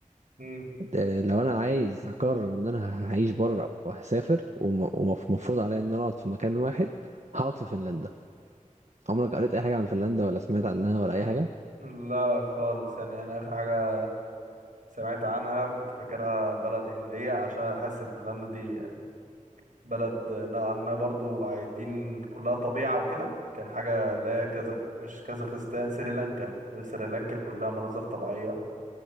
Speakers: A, on the right (about 80°); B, on the right (about 60°).
A: مم.
B: آه، لو انا عايز اقرر ان انا هعيش بره وهسافر ومفروض عليا ان انا اقعد في مكان واحد هقعد في فنلندا عمرك قريت اي حاجه عن فنلندا ولا سمعت عنها ولا اي حاجه
A: لا خالص يعني انا اخر حاجة سمعت عنها كنت فاكرها بلد هندية عشان حاسس ان فنلندا دي بلد نوعا ما برضو عايدين كلها طبيعة وكده كان حاجة لا كذا مش كازاخستان سريلانكا سريلانكا كلها مناظر طبيعية